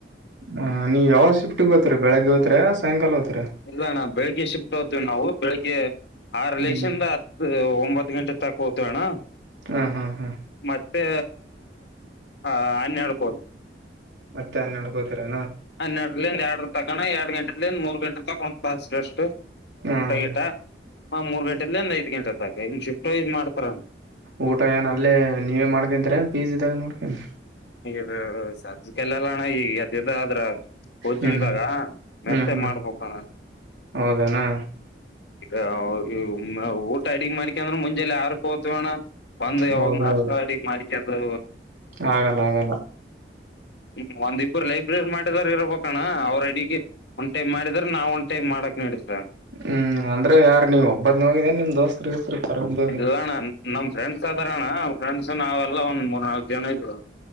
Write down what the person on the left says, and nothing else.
ಇಲ್ಲ ಅಣ್ಣ ಬೆಳಿಗ್ಗೆ ಶಿಷ್ಟ ಹೊತೀವಿ ನಾವು ಬೆಳಿಗ್ಗೆ ಆರ್
ಲೆಸಿಂದ ಹತ್ತ ಓ ಒಂಬತ್ತ ಘಂಟೆ ತಾಕ್ ಹೊತಿವಣ್ಣಾ.
ಮತ್ತೆ ಅ ಹನ್ನೆರಡು.
ಹನ್ನೆರಡಲಿಂದ ಎರಡ ತಕಣ ಎರಡ ಗಂಟೆಲಿಂದ ಮೂರ್ ಗಂಟೆ ತಕೊ ಫಸ್ಟ್ ರಷ್ಟು
ಊಟ ಗಿಟ ಮ ಮೂರ್ ಗಂಟೆಲಿಂದ ಐದ್ ಗಂಟೆತಕ್. ಹಿಂಗ್ ಶಿಫ್ಟ್ ವಾಯ್ಸ್ ಮಾಡ್ತಾರ
ಹ ಸದ್ದಕ್ ಎಲ್ಲೆಲ್ಲಣ್ಣ ಈಗ ಎದ್ದೆದ್ದ ಆದ್ರ. ಕೋಚಿಂಗ್ದಾಗ
ಮೆಸ್ಸೆ
ಮಾಡ್ಬೇಕಣ.
ಇಗ ಇ ಮ ಊಟ ಅಡಿಗಿ ಮಾಡಿಕ್ಯಂದ್ರು ಮುಂಜೆಲ್ಲ ಆರ್ಕ ಹೊತಿವಣ್ಣ. ಬಂದ ಯಾವಾಗ
ನಾಸ್ಟ್ ಅಡಿಗ ಮಾಡಿಕ್ಯಂದು.
ಹ್ಮ್ ಒಂದ್ ಇಬ್ಬರು ಲೈಬ್ರರಿ ಮಾಡಿದಾರ ಇರಬೇಕಣ ಅವ್ರ ಅಡಿಗೆ ಒನ ಟೈಮ್ ಮಾಡಿದ್ರ ನಾವ್ ಒಂದ್. ಟೈಮ್ ಮಾಡಕ್ ನಡೀತದ
ಇಲ್ಲಣ್ಣ ನಮ್ ಫ್ರೆಂಡ್ಸ್ ಅದಾರಣ್ಣ ಫ್ರೆಂಡ್ಸ್ ನಾವೆಲ್ಲ ಒಂದ್ ಮೂರ್ ನಾಲ್ಕು ಜನ ಇದ್ರು.